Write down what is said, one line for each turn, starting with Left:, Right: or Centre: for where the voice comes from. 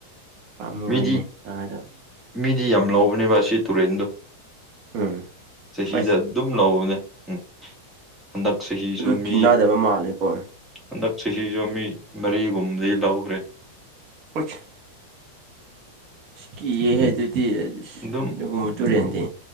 Right: ꯄꯥꯝꯃꯨꯏꯅꯦ
Centre: ꯃꯦꯗꯤ
Right: ꯉꯥꯗꯣ
Centre: ꯃꯦ ꯁꯤ ꯌꯥꯝ ꯂꯧꯕꯅꯦꯕ ꯑꯁꯤ ꯇꯨꯔꯦꯟꯗꯣ
Right: ꯎꯝ
Centre: ꯆꯍꯤꯗ
Right: ꯑꯁ
Centre: ꯑꯗꯨꯝ ꯂꯧꯕꯅꯦ ꯎꯝ ꯍꯟꯗꯛ ꯆꯍꯤꯍꯤꯁꯨ
Right: ꯑꯗꯨ
Centre: ꯃꯤ
Right: ꯀꯤꯅꯗꯕ ꯃꯥꯜꯂꯦꯀꯣ
Centre: ꯍꯟꯗꯛ ꯆꯍꯤꯁꯨ ꯃꯤ ꯃꯔꯤꯒꯨꯝꯗꯤ ꯂꯧꯈ꯭ꯔꯦ
Right: ꯎꯆ ꯀꯤꯑ ꯍꯥꯏ ꯑꯗꯨꯗꯤ ꯑꯗꯨꯒꯨꯝꯕ
Centre: ꯑꯗꯨꯝ
Right: ꯇꯨꯔꯦꯟꯗꯤ